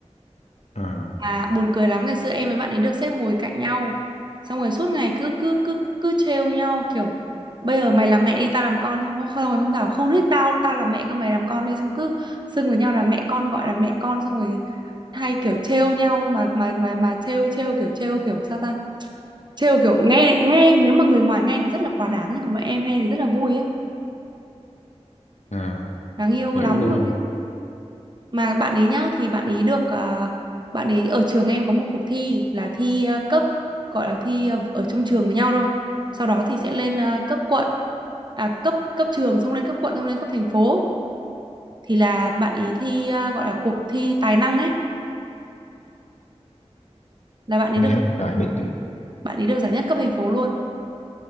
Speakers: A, on the left (about 80°); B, on the right (about 40°).
A: à
B: À, buồn cười lắm ngày xưa em với bạn ấy được xếp ngồi cạnh nhau xong rồi suốt ngày cứ cứ cứ cứ trêu nhau kiểu bây giờ mày làm mẹ đi tao làm con xong rồi không không ngày hôm nào không thích tao tao làm mẹ cơ mày làm con đi xong cứ xưng với nhau là mẹ con gọi là mẹ con xong rồi hay kiểu trêu nhau mà mà mà mà trêu trêu kiểu trêu kiểu sao ta trêu kiểu nghe nghe nếu mà người ngoài nghe thì rất là quá đáng nhưng còn mà em nghe thì rất là vui ấy
A: à
B: đáng yêu
A: hiểu
B: lắm
A: luôn
B: luôn mà bạn ấy nhá thì bạn ấy được à, bạn ấy ở trường em có một cuộc thi là thi à, cấp gọi là thi à, ở trong trường với nhau thôi sau đó thì sẽ lên à, cấp quận à cấp cấp trường xong lên cấp quận xong lên cấp thành phố thì là bạn ấy thi à, gọi là cuộc thi tài năng ấy là bạn ấy
A: em
B: được
A: hiểu rồi biết cái
B: bạn ấy được giải nhất cấp thành phố luôn